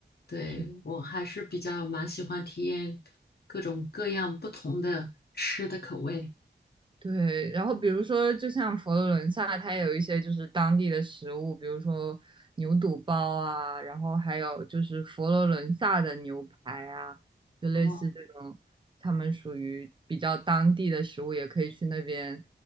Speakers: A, on the left; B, on the right.
A: 对我还是比较蛮喜欢体验
B: 是
A: 各种各样不同的吃的口味。
B: 对，然后比如说，就像佛罗伦萨，它有一些就是当地的食物，比如说牛肚包啊，然后还有就是佛罗伦萨的牛排啊，就类似这种，
A: 哦。
B: 他们属于比较当地的食物，也可以去那边